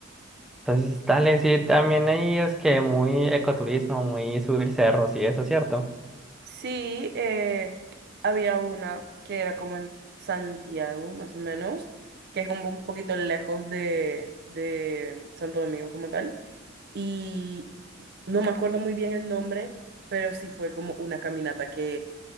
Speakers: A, in the centre; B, on the right.
A: Entonces, dale, sí, también ahí es que muy ecoturismo, muy subir cerros y eso, ¿cierto?
B: Sí, eh, había una que era como en Santiago, más o menos, que es como un poquito lejos de, de Santo Domingo como tal, y no me acuerdo muy bien el nombre, pero sí fue como una caminata que